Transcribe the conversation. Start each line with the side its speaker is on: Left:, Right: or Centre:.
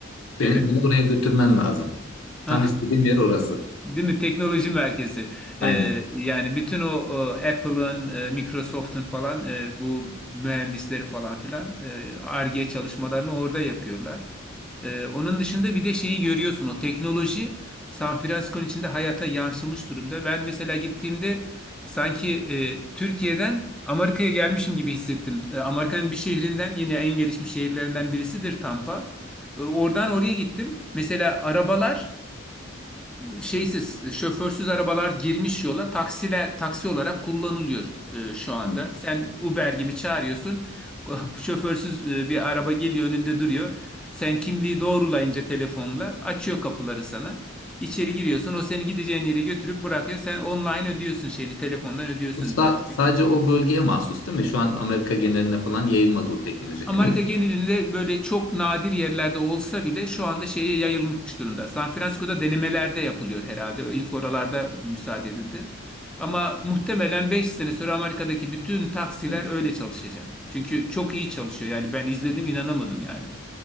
Left: Beni,
Centre: Evet.
Left: beni oraya götürmen lazım.
Centre: <laughs>
Left: Tam istediğim yer orası.
Centre: Değil mi? Teknoloji merkezi.
Left: Aynen.
Centre: Ee, yani bütün o, o Apple'ın, e, Microsoft'un falan e, bu mühendisleri falan filan e, Ar-Ge çalışmalarını orada yapıyorlar. E, onun dışında bir de şeyi görüyorsun. O teknoloji San Francisco'nun içinde hayata yansımış durumda. Ben mesela gittiğimde sanki e, Türkiye'den Amerika'ya gelmişim gibi hissettim. E, Amerika'nın bir şehrinden yine en gelişmiş şehirlerinden birisidir Tampa. E, oradan oraya gittim. Mesela arabalar şeysiz, şoförsüz arabalar girmiş yola taksiler taksi olarak kullanılıyor e, şu anda.
Left: Hı.
Centre: Sen Uber gibi çağırıyorsun. <laughs> Şoförsüz e, bir araba geliyor önünde duruyor. Sen kimliği doğrulayınca telefonla açıyor kapıları sana. İçeri giriyorsun. O seni gideceğin yere götürüp bırakıyor. Sen online ödüyorsun şeyini. Telefondan ödüyorsun
Left: Bu sa-
Centre: e,
Left: sadece o bölgeye mahsus değil mi? Şu an Amerika geneline falan yayılmadı o teknoloji
Centre: Amerika
Left: henüz.
Centre: genelinde böyle çok nadir yerlerde olsa bile şu anda şeye yayılmış durumda. San Francisco'da denemelerde yapılıyor herhalde. İlk oralarda müsaade edildi. Ama muhtemelen 5 sene sonra Amerika'daki bütün taksiler
Left: Evet.
Centre: öyle çalışacak. Çünkü çok iyi çalışıyor. Yani ben izledim inanamadım yani.